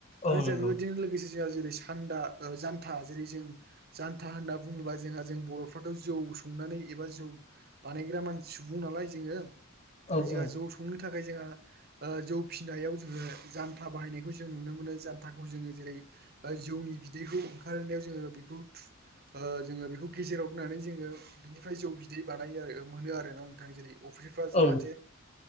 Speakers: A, on the left; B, on the right.
A: औ
B: आरो
A: नंगौ
B: जों बेबायदिनो लोगोसे जोंहा जेरै सान्दा जान्था जेरै जों। जानथा होनना बुङोब्ला जोंहा जों बरफ्राथ जौ संनानै एबा जौ। बानायग्रा मानसि सुबुं नालाय जोङो
A: औ
B: जोंहा
A: औ
B: जौ संनो थाखाय जोंहा। जौ फिसिनायाव जोङो जान्था बाहायनायखौ जों नुनो मोनो जान्थाखौ जोङो जेरै जौनि बिदैखौ ओंखारनायाव जोङो बेखौ थु ओ-जोङो बेखौ गेजेराव होननानै जोङो। बिनिफ्राय जौ बिदै बानायो आरो मोनो आरोना नोंथां जेरै अफ्री रा जाहाथे
A: औ नंगौ